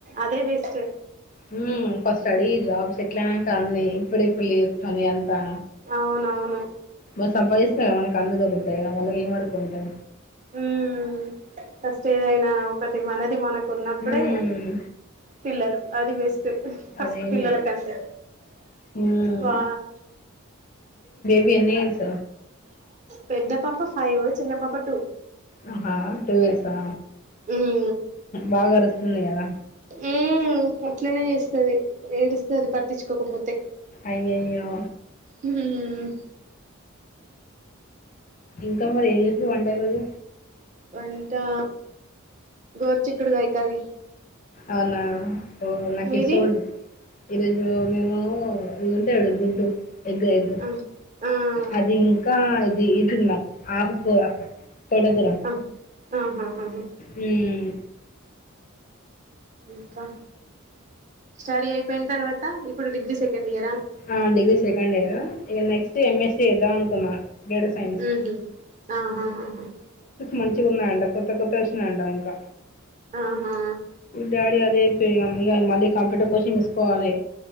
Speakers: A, on the right; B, on the left.
A: అదే బెస్ట్.
B: హ్మ ఫస్ట్ స్టడీ జాబ్ సెటిల్ అయినంకా అన్నీ ఇప్పుడుప్పుడు లేస్తాంది అంతా.
A: అవునవును.
B: బాగ సంపాదిస్తారా మనకి అన్ని దొరుకుతయి మళ్ళ మళ్ళ ఏం అడుకుంటం.
A: ఉమ్ ఫస్ట్ ఏదైనా ఒకటి మనది మనక్ ఉన్నప్పుడే
B: హ్మ్.
A: పిల్లలు. అది బెస్ స్ట్ ఫస్ట్
B: అదైంది.
A: పిల్లలకంటే
B: హ్మ్.
A: వా
B: ఎన్నీ ఇయర్స
A: పెద్ద పాప ఫైవ్, చిన్న పాప టూ
B: ఆహా టూ ఇయర్స్ ఆ
A: ఉమ్
B: బాగా అరుస్తుంది కదా.
A: ఉమ్ అట్లనే చేస్తది. ఏడుస్తది పట్టిచ్చుకోకపోతే.
B: అయ్యయ్యో!
A: హ్మ
B: ఇంకా మరి ఏం చేసిరు వంట ఈ రోజు.
A: వంటా గోర్చుక్కుడుగాయ్ కర్రీ.
B: అవునాఓ నాకి
A: మీది
B: సోల్ ఈరోజు ే ఇదింటే ఎడు గుడ్డు ఎగ్గ ఎగ్గ
A: ఆ ఆ
B: అది ఇంకా ఇది ఇదిన్నా ఆహుకు తొడగుర
A: ఆ ఆహాహాహా
B: మ్మ్
A: ఇంకా స్టడీ అయిపోయిన తర్వాత ఇప్పుడు డిగ్రీ సెకండ్ ఇయరా
B: ఆ డిగ్రీ సెకండ్ ఇయర్ ఇక నెక్స్ట్ ఎం స్ స్సీ చేద్దాం అనుకున్నా గడ సైన్స్
A: ఉహు ఆహా హా
B: మంచిగున్నా అంట కొత్త కొత్త చూసినం అంట ఇంకా
A: ఆహా
B: డాడీ అదే ఇగ మళ్ళీ కంప్యూటర్ కోచింగ్ ఇసుకోవాలి